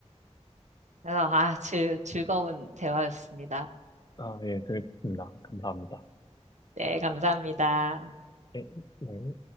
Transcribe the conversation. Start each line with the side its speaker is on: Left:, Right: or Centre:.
Right: 그래서 아, 즐, 즐거운 대화였습니다.
Left: 아, 예, 재밌습니다. 감사합니다.
Right: 네, 감사합니다.
Left: 네. 네.